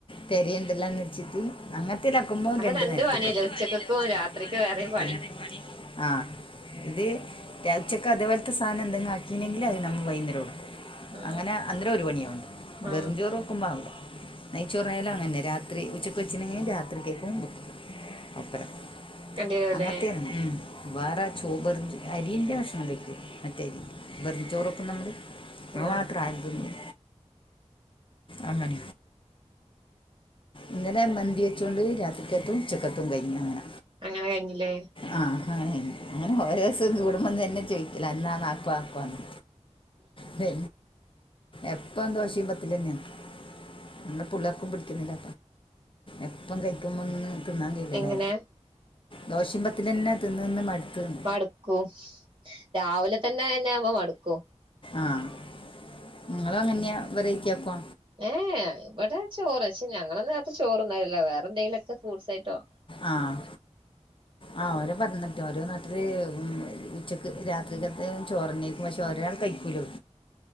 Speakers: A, on the left; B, on the right.
A: തെരയണ്ടല്ലോ ന്ന് വച്ചിട്ട് അങ്ങത്തെല്ലാക്കുമ്പോം
B: അപ്പൊ
A: രണ്ട് നേരത്താക്കും. രണ്ടു
B: ഉച്ചക്കക്കും
A: പണിയല്ലേ ഉച്ചത്തക്കക്കും
B: രാത്രിക്ക്
A: രാവിലയ്ക്കും
B: വേറെയും
A: വേറെ പണി. ആഹ് ഇത് രാ ഉച്ചക്കെ അത്പോൽത്തെ സാനം എന്തെങ്കും ആക്കീനെങ്കിലത് ന്നം വൈന്നെരോംട്ക്കും.
B: ആ
A: അങ്ങനെ അന്നേരം ഒരു പണിയൊള്ളു
B: ആ
A: വെറുംചോറ് വെക്കുമ്പോ ആവൂല. നെയ്ചോറായാലും അങ്ങനന്നേ. രാത്രി ഉച്ചക്ക് വെച്ചിനെങ്കി രാത്രിക്കേക്കുംട്ക്കും ഒപ്പരം
B: കണ്ടിരൂല്ലേ
A: അങ്ങത്തെ ഉം വേറെ ചോ ബെറുംചോ അരിന്റെ ഭക്ഷണം കയ്ക്കും. മറ്റരി ബെറും ചോറ് വെക്ക്ന്നമ്മള്
B: ആ
A: അത് മാത്രം ആരും തിന്നും അങ്ങന ഇന്നലെ മന്തി വെച്ചോണ്ട് രാത്രിക്കത്തും ഉച്ചക്കത്തും കയ്ഞ്ഞു അങ്ങന
B: അങ്ങനെ കയ്ഞ്ഞ്ല്ലേ?
A: ആഹ് അങ്ങനെ കെയ്ന്. അങ്ങനെ ഓരോസം കൂടുമ്പം തന്നെ ചോയ്ക്കല എന്നാണ് ആക്കുവാ ആക്കുവാന്ന്. ദേ എപ്പം ദോശീം പത്തലും ന്നേ ആണ്. ന്ന് പുള്ളേർക്കും പിടിക്കുന്നില്ല. എപ്പം കയ്ക്കുമ്പം തിന്നാൻ കയ്യൂലല്ലോ.
B: എങ്ങനെ
A: ദോശീം പത്തലഞ്ഞേ തിന്ന് നിന്ന് മടുത്ത്ന്ന്.
B: മടുക്കും. രാവിലതന്നെ അയന്നെ ആവുമ്പോ മടുക്കും
A: ആഹ് നിങ്ങളും അങ്ങന്യാ വെറൈറ്റി ആക്കോ?
B: ഏഹ് ഇവടെ ചോറ്. പക്ഷേ ഞങ്ങളന്നും രാത്രി ചോർണ്ണലില്ല. വേറെന്തെങ്കിലൊക്കെ ഫ്രൂട്സായിട്ടോ
A: ആഹ് ആ ഓരോ പറഞ്ഞിട്ട്. ഓരോ നാട്ടില് ഉം ഉച്ചക്ക് രാത്രിക്കത്തേ ചോറന്നേക്കും. പക്ഷേ ഓരോരാൾ കഴി ക്കിലും